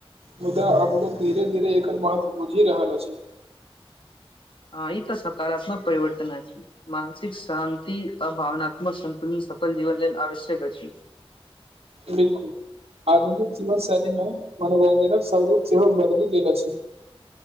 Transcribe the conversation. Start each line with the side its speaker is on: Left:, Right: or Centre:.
Right: मुदा अब लोग धीरे धीरे एकर महत्व बुझि रहल अछि
Left: हाँ ई तऽ सकारात्मक परिवर्तन अछि मानसिक शान्ति आ भावनात्मक सन्तुलन सफल जीवन लेल आवश्यक अछि
Right: बिल्कुल आधुनिक जीवन शैलीमे मनोरञजनक स्वरूप सेहो बदलि गेल अछि